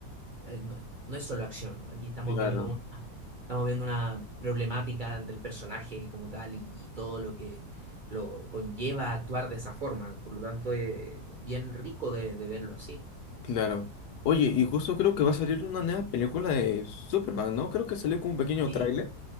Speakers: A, on the right; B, on the left.
A: eh, no, no es solo acción, ¿no? Aquí estamos
B: Claro,
A: viendo una, estamos viendo una problemática del personaje como tal y, y todo lo que lo conlleva actuar de esa forma. Por lo tanto, es bien rico de, de verlo así.
B: claro. Oye, y justo creo que va a salir una nueva película de Superman, ¿no? Creo que salió como un pequeño
A: Sí,
B: tráiler.